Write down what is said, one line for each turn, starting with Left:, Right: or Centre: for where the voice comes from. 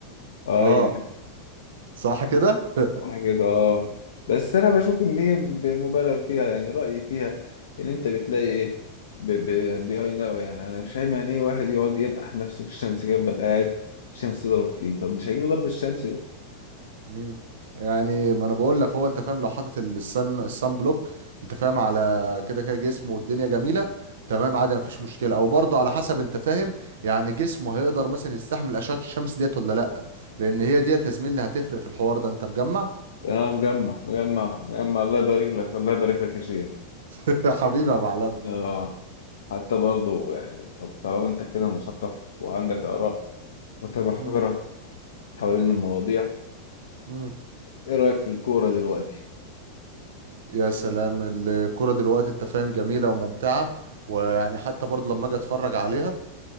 Left: ايوه
Right: اه صح كده <laughs>
Left: صح كده اه بس انا بشوف ان هي ب- مبالغ فيها يعني رأيي فيها ان انت بتلاقي ايه ب- ب- بيهايل أوي يعني انا مش فاهم يعني ايه واحد يقعد ينقح نفسه في الشمس كده يفضل قاعد الشمس تضرب فيه طب مش هيجيله ضرب الشمس
Right: مم. يعني ما انا بقول لك هو انت فاهم لو حاطط السن السن بلوك انت فاهم على كده كده جسمه والدنيا جميله تمام عادي مفيش مشكله او برضه على حسب انت فاهم يعني جسمه هيقدر مثلا يستحمل اشعه الشمس ديت ولا لا لان هي ديت يا زميلي هتفرق في الحوار ده انت مجمع
Left: اه مجمع مجمع مجمع الله يبارك لك الله يبارك لك يا شيخ
Right: <laughs> حبيبي يا معلم
Left: اه حتى برضه يعني طب طالما انت كده مثقف وعندك آراء متمحورة
Right: مم.
Left: حوالين المواضيع
Right: مم.
Left: ايه رأيك في الكورة دلوقتي؟
Right: يا سلام الكرة دلوقتي انت فاهم جميلة وممتعة ويعني حتى برضه لما اجي اتفرج عليها